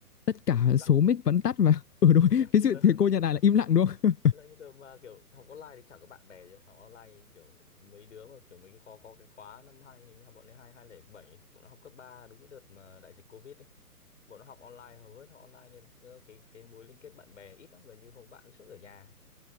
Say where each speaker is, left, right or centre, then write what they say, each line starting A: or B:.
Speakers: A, on the left; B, on the left.
A: tất
B: Vẫn
A: cả
B: im lặng
A: số mic vẫn tắt và <laughs> ừ đúng
B: im lặng
A: cái
B: như
A: sự
B: tờ
A: thầy cô nhận lại là im lặng đúng không
B: như là như tớ mà kiểu học online thì chẳng có bạn bè gì học online kiểu mấy đứa mà kiểu mấy cái khóa có cái khóa năm hai hình như là bọn ấy hai hai lẻ bảy bọn nó học cấp 3 đúng cái đợt mà đại dịch covid ấy bọn nó học online hầu hết học online nên tớ- cái cái mối liên kết bạn bè ít lắm gần như không bạn với suốt ở nhà